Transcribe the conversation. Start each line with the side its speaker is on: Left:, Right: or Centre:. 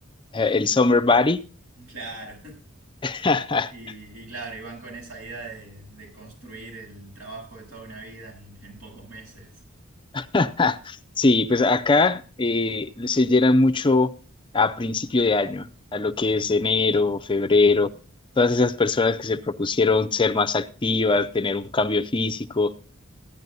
Left: Eh, el summer body.
Right: Claro.
Left: <laughs>
Right: Y, y claro, iban con esa idea de, de construir el trabajo de toda una vida en, en pocos meses.
Left: <laughs> Sí, pues acá eh, se llena mucho a principio de año, a lo que es enero, febrero, todas esas personas que se propusieron ser más activas, tener un cambio físico.